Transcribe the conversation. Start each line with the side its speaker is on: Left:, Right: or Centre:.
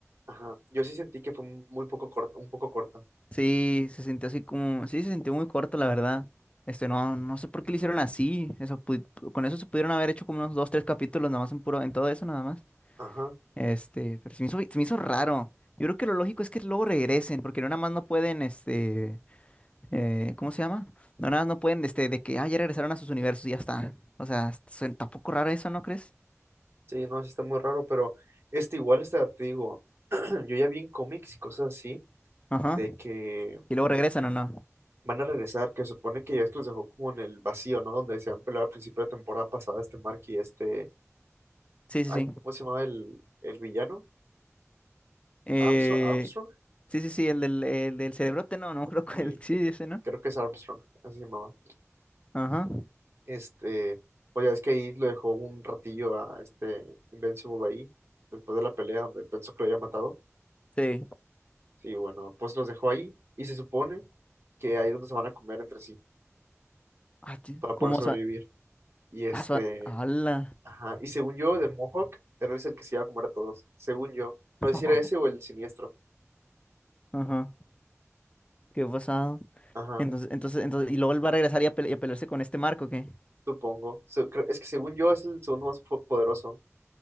Right: Ajá. Yo sí sentí que fue muy poco corta, un poco corta.
Left: Sí, se sintió así como, sí, se sintió muy corto, la verdad. Este, no, no sé por qué lo hicieron así. Eso, pu- con eso se pudieron haber hecho como unos dos, tres capítulos nada más en puro, en todo eso nada más.
Right: Ajá.
Left: Este, pero se me hizo, se me hizo raro. Yo creo que lo lógico es que luego regresen, porque no nada más no pueden, este, eh, ¿cómo se llama? No nada más no pueden, este, de que, ah, ya regresaron a sus universos y ya está. O sea, se- está un poco raro eso, ¿no crees?
Right: Sí, no, sí está muy raro, pero este igual está, te digo, <clears throat> yo ya vi en cómics y cosas así,
Left: Ajá.
Right: de que
Left: Y luego regresan o no.
Right: van a regresar, que supone que ya es que los dejó como en el vacío, ¿no? Donde se han peleado al principio de temporada pasada este Mark y este,
Left: Sí, sí,
Right: ay,
Left: sí.
Right: ¿cómo se llamaba el, el villano?
Left: Eh,
Right: Armstrong, Armstrong,
Left: sí, sí, sí, el del, el del cerebrote, no, no creo que
Right: sí,
Left: el, <laughs> sí, ese, ¿no?
Right: creo que es Armstrong, así se llamaba.
Left: Ajá.
Right: Este, pues ya es que ahí lo dejó un ratillo a este Invincible ahí, después de la pelea donde pensó que lo había matado.
Left: Sí.
Right: Sí, bueno, pues los dejó ahí y se supone que ahí es donde se van a comer entre sí
Left: Ah, ti-
Right: para poder
Left: ¿Cómo
Right: sobrevivir.
Left: sa-
Right: Y este,
Left: Ah, sa- ¡Hala!
Right: Ajá. Y según yo, del Mohawk, era ese el que se iba a comer a todos. Según yo.
Left: <laughs>
Right: No sé si era ese o el siniestro.
Left: Ajá. ¿Qué pasado?
Right: Ajá,
Left: Entonces, entonces, entonces, y luego él va a regresar y a, pele- y a pelearse con este Marco, ¿qué?
Right: supongo. Se- creo- Es que según yo es el segundo más fu- poderoso.